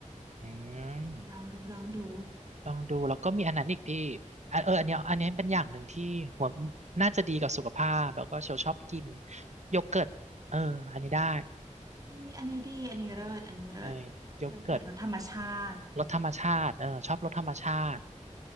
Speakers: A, on the right; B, on the right.
A: อืม
B: ลองดูลองดู
A: ลองดูแล้วก็มีอันนั้นอีกพี่อ่ะเอออันเนี้ยอันเนี้ยเป็นอย่างหนึ่งที่หัวน่าจะดีกับสุขภาพแล้วก็เชลชอบกินโยเกิร์ตเอออันนี้ได้
B: ดีอันนี้ดีอันนี้เลิศอันนี้เลิศ
A: เออโยเกิร์ต
B: โยเกิร์ตรสธรรมชาติ
A: รสธรรมชาติเออชอบรสธรรมชาติ